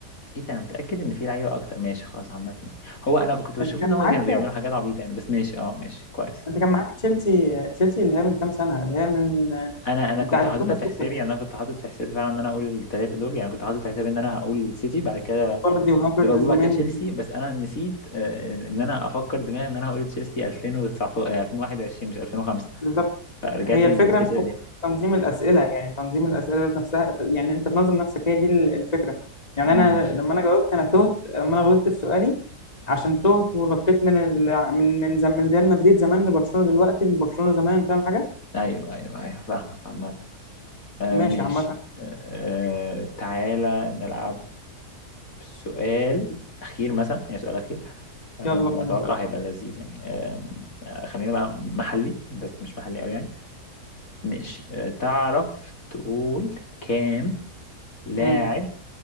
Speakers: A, on the left (about 55°); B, on the left (about 25°).
A: ايه ده انا متأكد ان في لعيبة اكتر ماشي خلاص عامة يعني. هو انا كنت بشوف
B: انت كان
A: ان هم
B: معاك
A: كانوا بيعملوا حاجات عبيطة يعني بس ماشي اه ماشي كويس
B: انت كان معاك تشيلسي تشيلسي اللي هي من كام سنه اللي هي من
A: انا انا
B: بتاعه
A: كنت حاططها
B: توماس
A: في
B: توخل
A: حسابي يعني انا كنت حاطط في حسابي فعلا ان انا اقول الثلاثة دول يعني كنت حاطط في حسابي ان انا هقول سيتي بعد كده
B: فاردي وهافرتز
A: ليفربول بعد
B: ومندي
A: كده تشيلسي بس انا نسيت آه، ان انا افكر دماغي ان انا هقول تشيلسي 2019 آه، 2021 مش 2005
B: بالظبط
A: فرجعت
B: هي
A: لتشيلسي
B: الفكره انه
A: القديمة
B: تنظيم الاسئله يعني تنظيم الاسئله ذات نفسها يعني انت تنظم نفسك هي دي ال- الفكره يعني
A: امم
B: انا لما انا جاوبت انا تهت لما انا غلطت في سؤالي عشان تهت ونطيت من ال... من من, زم... من ريال مدريد زمان لبرشلونه دلوقتي لبرشلونه زمان فاهم حاجه
A: ايوه ايوه ايوه فاهمك عامة آه
B: ماشي
A: ماشي
B: عامه
A: آه
B: اوكي
A: آه، تعالى نلعب سؤال اخير مثلا يعني سؤال اخير آه
B: يلا
A: واتوقع
B: بينا سؤال
A: هيبقى لذيذ يعني آه آه، خلينا بقى محلي بس مش محلي قوي يعني ماشي آه تعرف تقول كام لاعب
B: مم.